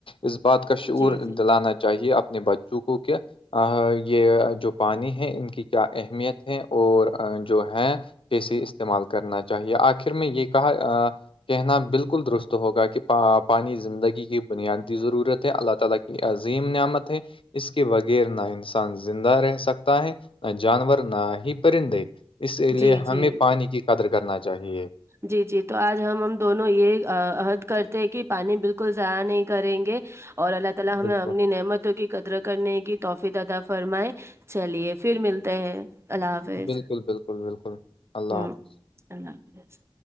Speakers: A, on the left (about 75°); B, on the right (about 30°).
A: اس بات کا شعور
B: جی جی
A: دلانا چاہیے اپنے بچوں چونکو کہ یہ جو پانی ہے ان کی کیا اہمیت ہے اور جو ہے جے استعمال کرنا چاہیے آخر میں یہ کہا کہنا بالکل درست ہوگا کہ پانی زندگی کی بنیادی ضرورت ہے اللہ تالی کی عظیم نعمت ہے اس کے بغیر نہ انسان زندہ رہ سکتا ہے نہ جانور نہ ہی پرندے اسی
B: جی
A: لیے
B: جی
A: ہمیں پانی کی قدر کرنا چاہیے
B: جی جی تو آج ہم ہم دونوں یہ احد کرتے ہیں کہ پانی بالکل ضائع نہیں کریں گے اور اللہ تالی ہمیں
A: بالکل
B: اپنی نعمت کی قدر کرنے کی توفیق اتا فرمائے چلیے پھر ملتے ہیں اللہ حافظ
A: بالکل بالکل بالکل اللہ
B: ہ
A: حافظ
B: اللہ حافظ